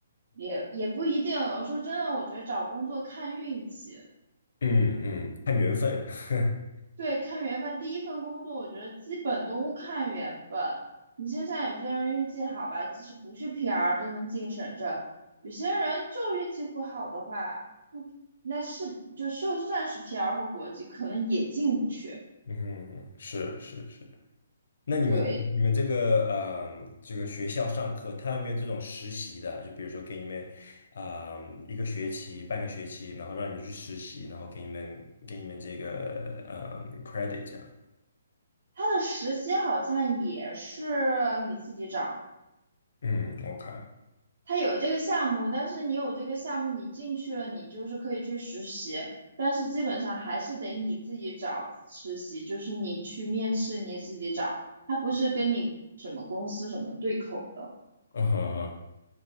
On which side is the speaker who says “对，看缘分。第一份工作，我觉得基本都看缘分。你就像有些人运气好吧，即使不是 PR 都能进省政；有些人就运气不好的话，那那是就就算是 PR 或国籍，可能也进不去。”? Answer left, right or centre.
Right